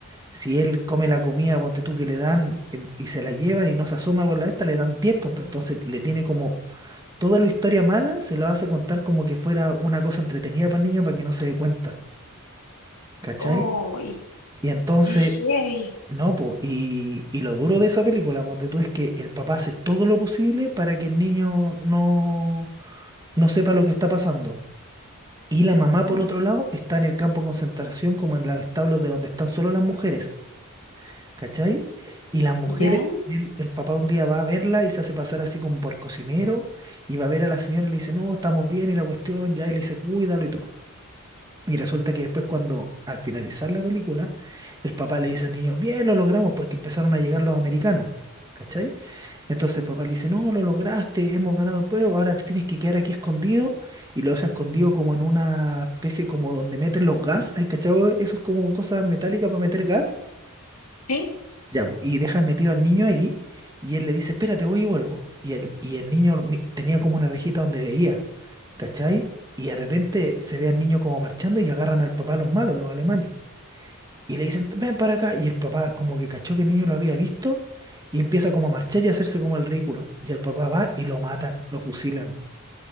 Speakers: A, on the right; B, on the left.
A: Si él come la comida, ponte tú, que le dan en- y se la llevan y no se asoma por la esta, le dan 10 puntos. Entonces le tiene como toda la historia mala, se la hace contar como que fuera una cosa entretenida para el niño para que no se dé cuenta. ¿Cachai?
B: Oh,
A: Y entonces
B: qué heavy.
A: no, po, y, y lo duro de esa película, ponte tú, es que el papá hace todo lo posible para que el niño no, no sepa lo que está pasando. Y la mamá,
B: Mm,
A: por otro lado, está en el campo de concentración, como en los establos de donde están solo las mujeres, ¿cachai? Y las mujeres,
B: ¿Ya?
A: el, el papá un día va a verla y se hace pasar así como por cocinero, y va a ver a la señora y le dice, no, estamos bien, y la cuestión, ya, y le dice, cuídalo y todo. Y resulta que después cuando al finalizar la película, el papá le dice al niño, bien, lo logramos porque empezaron a llegar los americanos, ¿cachai? Entonces el papá le dice, no, lo lograste, hemos ganado el pueblo, ahora te tienes que quedar aquí escondido y lo deja escondido como en una especie como donde meten los gas, ¿hay cachado? Eso es como cosas metálicas para meter gas.
B: ¿Sí?
A: Ya, po, y dejan metido al niño ahí y él le dice, espérate, voy y vuelvo. Y el, y el niño mi- tenía como una rejita donde veía, ¿cachai? Y de repente se ve al niño como marchando y agarran al papá los malos, los alemanes. Y le dicen, ven para acá. Y el papá como que cachó que el niño lo había visto y empieza como a marchar y a hacerse como el ridículo. Y el papá va y lo matan, lo fusilan.